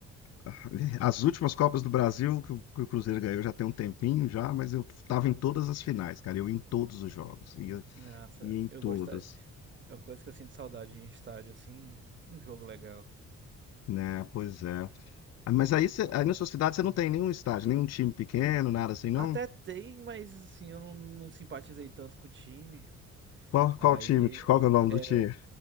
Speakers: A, on the left (about 55°); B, on the right (about 40°).
A: <laughs> as últimas Copas do Brasil que o, que o Cruzeiro ganhou já tem um tempinho já, mas eu tava
B: Aham.
A: em todas as finais, cara. Eu ia em todos os jogos, ia,
B: Nossa,
A: ia em
B: eu
A: todos.
B: gosto. da- É uma coisa que eu sinto saudade em estádio, assim. Um jogo legal.
A: Né, pois é. Ah, Mas aí, você- aí na sua cidade você não tem nenhum estádio, nenhum time pequeno, nada assim, não?
B: Até tem, mas assim, eu não, não simpatizei tanto com o time.
A: Qual,
B: Aí
A: qual time? Qual que é o nome
B: é
A: do time?
B: o